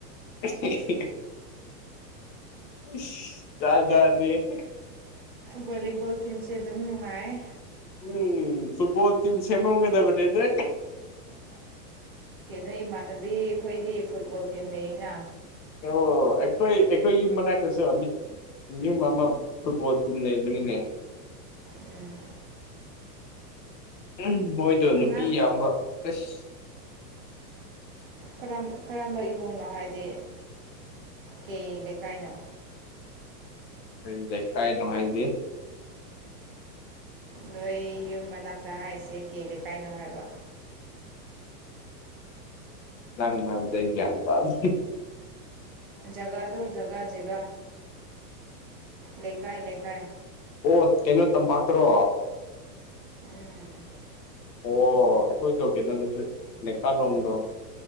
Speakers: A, on the left (about 80°); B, on the right (about 35°).
A: <inaudible> ꯖꯥꯠ ꯖꯥꯇꯅꯤꯍꯦ
B: ꯕꯣꯂꯤꯕꯣꯜ ꯇꯤꯝꯁꯦ ꯑꯗꯨꯝ ꯅꯨꯡꯉꯥꯏꯌꯦ
A: ꯎꯝ ꯐꯨꯠꯕꯣꯜ ꯇꯤꯝ ꯁꯦꯝꯃꯝꯒꯗꯕꯅꯦꯗ
B: ꯀꯩꯅꯣ ꯏꯃꯥꯟꯅꯕꯤ ꯍꯈꯣꯏꯗꯤ ꯐꯨꯠꯕꯣꯜ ꯇꯤꯝ ꯂꯩꯏꯅ
A: ꯑꯣ ꯑꯩꯈꯣꯏ ꯑꯩꯈꯣꯏ ꯌꯨꯝ ꯃꯅꯛꯇꯁꯨ ꯌꯨꯝ ꯑꯃ ꯐꯨꯠꯕꯣꯜ ꯇꯤꯝ ꯂꯩꯕꯅꯤꯅꯦ
B: ꯎꯝ
A: ꯎꯝ ꯃꯣꯏꯗꯣ ꯅꯨꯄꯤ
B: ꯑꯉꯥꯡ
A: ꯌꯥꯝꯕ ꯑꯦꯁ
B: ꯀꯔꯝ ꯀꯔꯝꯕ ꯏꯃꯨꯡꯅꯣ ꯍꯥꯏꯗꯤ ꯀꯩ ꯂꯩꯀꯥꯏꯅꯣ
A: ꯀꯔꯤ ꯂꯩꯀꯥꯏꯅꯣ ꯍꯥꯏꯗꯤ
B: ꯅꯣꯏ ꯌꯨꯝ ꯃꯅꯥꯛꯇ ꯍꯥꯏꯔꯤꯁꯦ ꯀꯩ ꯂꯩꯀꯥꯏꯅꯣ ꯍꯥꯏꯕ
A: ꯅꯪ ꯍꯥꯏꯕꯗꯣ ꯑꯩ ꯒꯌ꯭ꯥꯟ ꯇꯥꯗꯔꯦ
B: ꯖꯒꯥꯗꯨ ꯖꯒꯥ ꯖꯒꯥ ꯂꯩꯀꯥꯏ ꯂꯩꯀꯥꯏ
A: ꯑꯣ ꯀꯩꯅꯣ ꯇꯝꯄꯥꯛꯇꯔꯣ
B: ꯎꯝ
A: ꯑꯣ ꯑꯩꯈꯣꯏꯗꯣ ꯀꯩꯅꯣꯗꯨꯁꯨ ꯂꯩꯀꯥꯂꯣꯡꯗꯣ